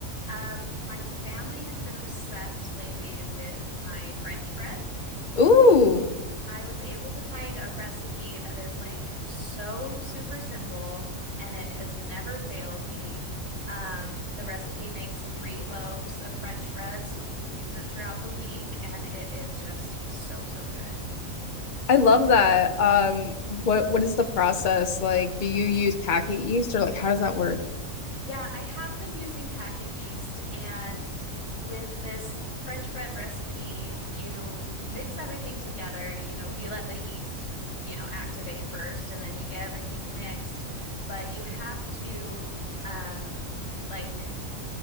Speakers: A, on the left; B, on the left.
A: Um, my family has been obsessed lately with my French bread.
B: Ooh,
A: I was able to find a recipe that is like so super simple and it has never failed me. Um, the recipe makes three loaves of French bread so we can use it throughout the week, and it is just so, so good.
B: I love that. Um, what what is the process like? Do you use packet yeast or like how does that work?
A: Yeah, I have been using packet yeast, and with this French bread recipe, you mix everything together. You know, you let the yeast, you know, activate first, and then you get everything mixed. But you have to, um, like,